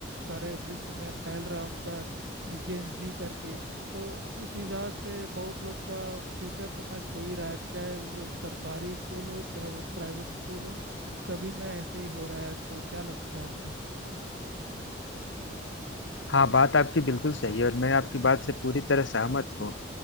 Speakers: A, on the right; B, on the left.
A: सारे विश्व में फैल रहा है उनका जेन जी करके तो इस हिसाब से बहुत लोग का फ्यूचर तो नष्ट हो ही रहा है चाहे वो सरकारी स्कूल हो चाहे वो प्राइवेट स्कूल हो सभी में ऐसे ही हो रहा है आजकल क्या लगता है आपको
B: हाँ बात आपकी बिल्कुल सही है और मैं आपकी बात से पूरी तरह सहमत हूँ